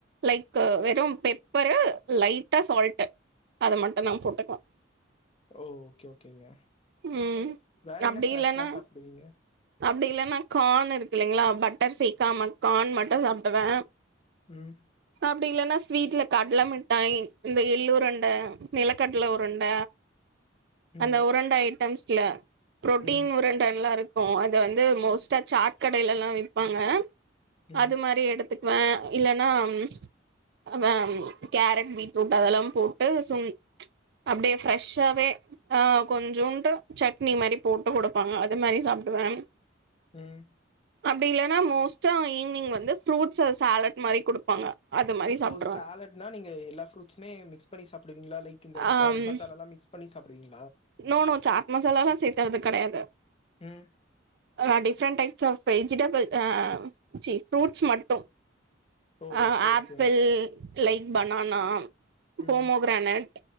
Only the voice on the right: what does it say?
லைக்கு வெறும் பெப்பரு லைட்டா சால்ட்டு அத மட்டு தா போட்டுக்லா
ம்
அப்டி
இல்லனா
அப்டி இல்லனா கார்ன் இருக்கு இல்லைங்ளா பட்டர் சேக்காம கார்ன் மட்டு சாப்டுவே
அப்டி இல்லனா ஸ் ஸ்வீட்ல கட்ல மிட்டாய் இந்த எள்ளுருண்ட நெலக்கட்ல உருண்ட
அந்த உருண்ட ஐட்டம்ஸ்ல ப்ரோட்டீன்
உருண்டல்லா இருக் கு அது வந்து மோஸ்டா சாட் கடைலலா விப்பாங்க
அது மாரி எடுத்துக் வே இல்லனா ம் ஆ மேம் கேரட் பீட்ரூட் அதெல்லாம் போட்டு சொங் அப்டியே ஃப்ரெஷ்ஷாவே ஆ கொஞ்சோன்டு சட்னி மாரி போட்டுக் குடுப்பாங்க அது மாரி சாப் ட்டுவே
அப்டி இல்லனா மோஸ்ட்டா ஈவ்னிங் வந்து ஃப்ரூட்ஸு சாலட் மாரி குடுப்பாங்க அது மாரி சாப்ட்ருவே
ஆம்
நோ நோ சாட் மசாலாலா சேத்தறது கெடையாது
ஆ டிஃப்ரெண்ட் டைப்ஸ் ஆஃப் வெஜிடபிள் ஆ சீ ஃப்ரூட்ஸ் மட்டு
ஆ
ஆப்பிள் லைக் பனானா
போமோகிரானட்